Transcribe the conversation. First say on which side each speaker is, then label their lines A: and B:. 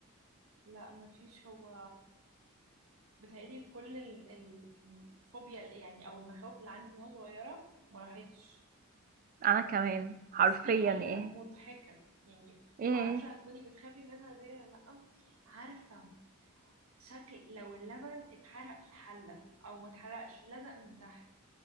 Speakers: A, on the right; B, on the right.
A: لا مفيش هو بتهيألي كل ال- ال- الفوبيا يعني او المخاوف اللي عندي من وانا صغيرة ما راحتش
B: انا كمان حرفيا
A: بس في حاجة
B: ايه
A: مضحكة يعني
B: ايه إيه.
A: معرفش هتكوني بتخافي منها زي ولا لأ عارفة شكل لو اللبن اتحرق في الحلة او ما اتحرقش لزق من تحت